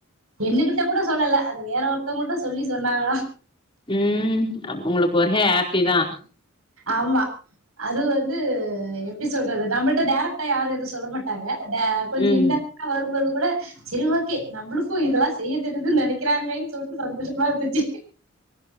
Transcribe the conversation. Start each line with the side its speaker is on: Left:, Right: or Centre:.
Right: என்னகிட்ட கூட சொல்லல அது வேற ஒருத்தவங்கங்களிட்டும் சொல்லி சொன்னாங்கா
Left: உம் அ உங்களுக்கு ஒரே ஹாப்பி தான்
Right: ஆமா அது வந்து எப்படி சொல்றது நம்மளிட்ட டைரக்ட்டா யாரும் எதுவும் சொல்ல மாட்டாங்க கொஞ்சம்
Left: ம்
Right: இண்டைரட்டா வரும்போது கூட சரி ஓகே நம்மளுக்கும் இதெல்லாம் செய்ய தெ நினைக்கிறாங்களேன்னு சொல்லிட்டு சந்தோஷமா இருந்துச்சு